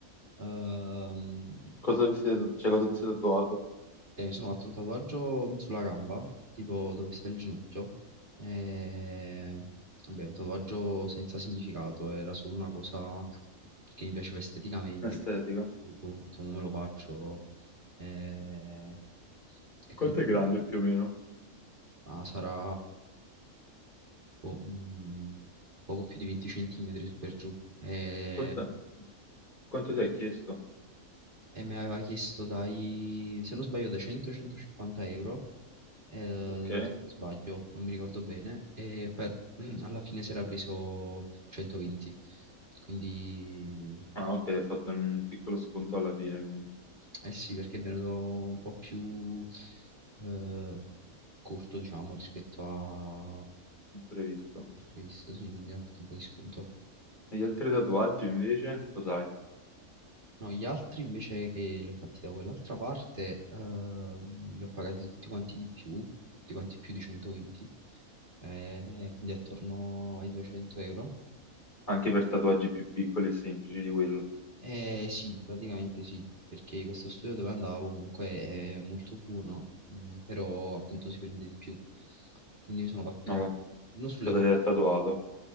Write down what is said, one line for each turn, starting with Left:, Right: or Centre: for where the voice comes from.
Right: Ehm,
Left: Cosa vi siete, cioè, cosa ti sei tatuato?
Right: e mi sono fatto un tatuaggio sulla gamba, tipo dove sta il ginocchio. E... Vabbè, un tatuaggio senza significato, era solo una cosa che mi piaceva esteticamente.
Left: Estetica.
Right: Boh, ho detto, "Mo me lo faccio. E, e
Left: Quanto
Right: quindi
Left: è grande più o meno?
Right: ah, sarà boh, un poco più di 20 centimetri su per giù. E...
Left: Conta- Quanto ti ha chiesto?
Right: e me l'aveva chiesto dai, se non sbaglio, da 100-150 euro. eh,
Left: Ok.
Right: se non sbaglio, non mi ricordo bene. E per- <clears throat> alla fine si era preso 120. Quindi,
Left: Ah, ok, hai fatto un piccolo sconto alla fine, comunque,
Right: eh sì, perché è venuto un po' più eh, corto, diciamo, rispetto a
Left: imprevisto.
Right: previsto, sì, quindi ha fatto un po' di sconto.
Left: E gli altri tatuaggi invece, cos'hai?
Right: No, gli altri invece che li ho fatti da quell'altra parte, ehm, li ho pagati tutti quanti di più, tutti quanti più di 120, eh, quindi attorno ai 200 euro.
Left: Anche per tatuaggi più piccoli e semplici di quello.
Right: Eh, sì, praticamente sì, perché questo studio dove andavo comunque è molto buono, mh, però appunto si prende di più. Quindi mi sono fatto
Left: Ma
Right: uno sulle
Left: cosa
Right: costole
Left: ti ha tatuato?